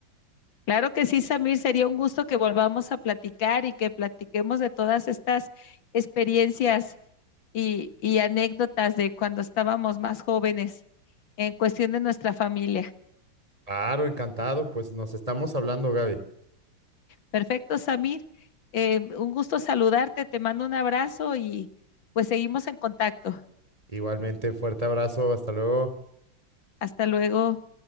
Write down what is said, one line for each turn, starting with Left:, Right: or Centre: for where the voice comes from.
Left: Claro que sí, Samir, sería un gusto que volvamos a platicar y que platiquemos de todas estas experiencias y, y anécdotas de cuando estábamos más jóvenes en cuestión de nuestra familia.
Right: Claro, encantado. Pues nos estamos hablando, Gaby.
Left: Perfecto, Samir. Eh, un gusto saludarte, te mando un abrazo y pues seguimos en contacto.
Right: Igualmente, fuerte abrazo. Hasta luego.
Left: Hasta luego.